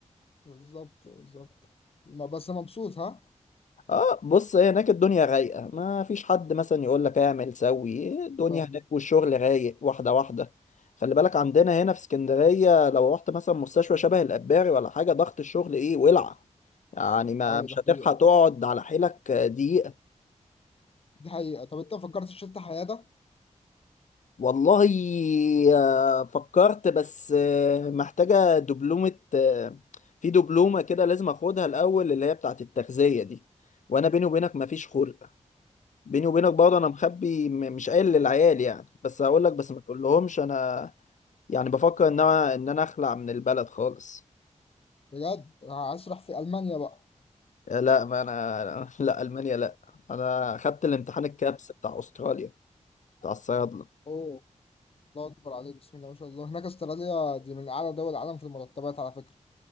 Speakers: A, on the left (about 50°); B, on the left (about 75°).
A: بالظبط بالظبط ما- بس مبسوط ها؟
B: اه بص هي هناك الدنيا رايقه ما فيش حد مثلا يقول لك اعمل سوي الدنيا
A: فاهم.
B: هناك والشغل رايق واحده واحده خلي بالك عندنا هنا في اسكندريه لو رحت مثلا مستشفى شبه الاباري ولا حاجه ضغط الشغل ايه ولع يعني ما
A: ايوه
B: مش
A: ده
B: هتلحق
A: حقيقة
B: تقعد على حيلك دقيقه
A: دي حقيقة طب انت فكرت في شفت حياة ده
B: والله آه، فكرت بس آه، محتاجة دبلومة آه، في دبلومة كده لازم اخدها الأول اللي هي بتاعة التغذية دي وانا بيني وبينك مفيش خلق بيني وبينك برضه انا مخبي م- مش قايل للعيال يعني بس هقول لك بس ما تقولهمش انا يعني بفكر ان انا ان انا اخلع من البلد خالص
A: بجد هشرح في ألمانيا بقى
B: آه، لا ما انا <laughs> لا ألمانيا لا انا خدت الامتحان الكابس بتاع استراليا بتاع الصيادلة
A: اوه الله أكبر عليك بسم الله ما شاء الله هناك استراليا دي من أعلى دول العالم في المرتبات على فكرة